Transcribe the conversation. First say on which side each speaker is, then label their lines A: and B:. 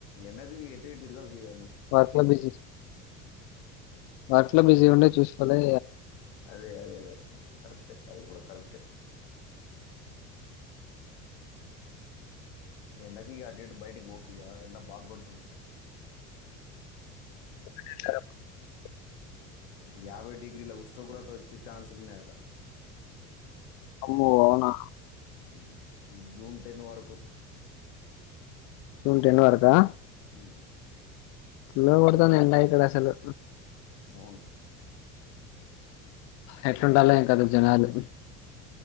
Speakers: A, on the left; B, on the left.
A: ఎండకు ఎటు ఎటు తిరగకు ఇగ
B: వాట్లా బజ ఎట్లా బిజీగా ఉండే చూసుకోలే
A: అదే అదేలే కరెక్ట్ అది కూడా కరెక్ట్ ఎండకి అటు ఇటు బయటకి పోకు ఇగ ఎండ బాగుడుతుందట
B: అ
A: యాభై డిగ్రీల ఉష్ణోగ్రత వచ్చే ఛాన్స్లు ఉన్నాయట
B: అమ్మో అవునా
A: ఉమ్, ఈ జూన్ టెన్ వరకు
B: జూన్ టెన్ వరకా
A: ఉమ్,
B: చాలా కొడుతాన్నా ఎండ ఇక్కడ అసలు
A: అవును
B: ఎట్లుండాల ఎండతో జనాలు